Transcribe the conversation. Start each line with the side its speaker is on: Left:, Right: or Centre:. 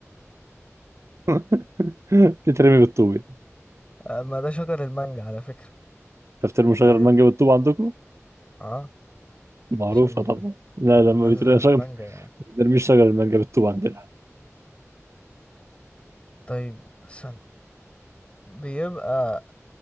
Right: <laughs> بتترمي بالطوب
Left: آه ما ده شجر المانجا على فكرة
Right: تفترموا شجر
Left: يعني
Right: المانجا بالطوب عندكم
Left: اه
Right: معروفة
Left: عشان
Right: طبعا لا لما
Left: ننزل
Right: بيترمي
Left: المانجا
Right: شجر <laughs> ما
Left: يعني.
Right: بنرميش شجر المانجا بالطوب عندنا
Left: طيب سن بيبقى